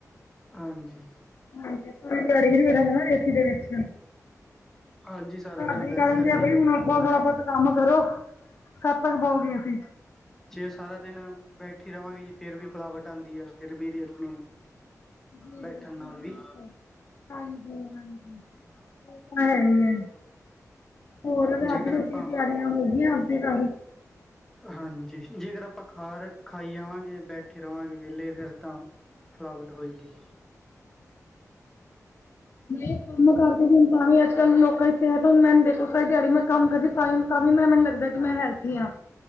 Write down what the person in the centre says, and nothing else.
ਹਾਂਜੀ
ਹਾਂਜੀ ਸਾਰਾ
ਦਿਨ
ਬੈਠਿਆ
ਵੀ ਨਹੀਂ
ਜੇ ਸਾਰਾ ਦਿਨ ਬੈਠੀ ਰਵਾਂਗੇ ਜੀ ਫੇਰ ਵੀ ਫਿਲਾਵਟ ਆਉਂਦੀ ਆ ਫਿਰ ਵੀਦੀ ਆਪਣੀ
ਬੈਠਣ
ਨਾਲ
ਵੀ
ਜੇਕਰ
ਆਪਾਂ
ਹਾਂਜੀ ਜੇਕਰ ਆਪਾਂ ਖਾਰ ਖਾਈ ਆਵਾਂਗੇ ਬੈਠੇ ਰਵਾਂਗੇ ਵਿਹਲੇ ਫਿਰ ਤਾਂ ਫਲਾਵਟ ਹੋਏਗੀ।